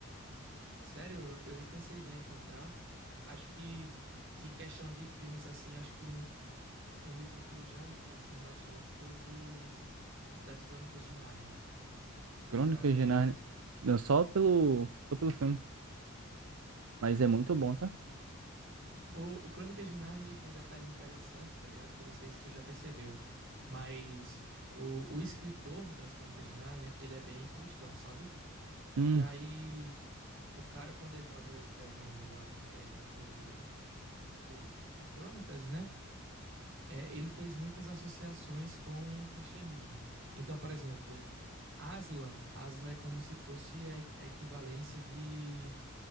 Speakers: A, on the right; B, on the right.
A: Sério, eu, eu pensei já em comprar. Acho que de questão de filmes assim, acho que um Um livro que eu já li, assim, bastante foi o do... Das Crônicas de Nárnia. Você
B: Crônicas
A: já, já
B: de
A: chegou
B: Nárnia.
A: a acompanhar?
B: Não, só pelo, só pelo filme. Mas é muito bom, tá?
A: O, o Crônicas de Nárnia, ele tem um detalhe interessante, tá ligado? Que eu não sei se tu já percebeu, mas o, o escritor das Crônicas de Nárnia, ele é bem cristão, sabe?
B: Hum,
A: E aí, o cara, quando ele tava escrevendo a- é, o, o, as crônicas, né? é, ele fez muitas associações com o cristianismo. Então, por exemplo, Aslan, Aslan é como se fosse a, a equivalência de,